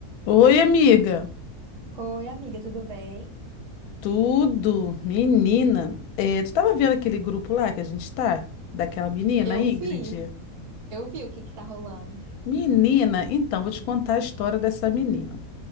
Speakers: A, on the left (about 75°); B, on the right (about 45°).
A: Oi, amiga.
B: Oi, amiga, tudo bem?
A: Tudo, menina. É, tu tava vendo aquele grupo lá que a gente tá? Daquela menina,
B: Eu
A: Ingrid?
B: vi, eu vi o que que tá rolando.
A: Menina, então, vou te contar a história dessa menina.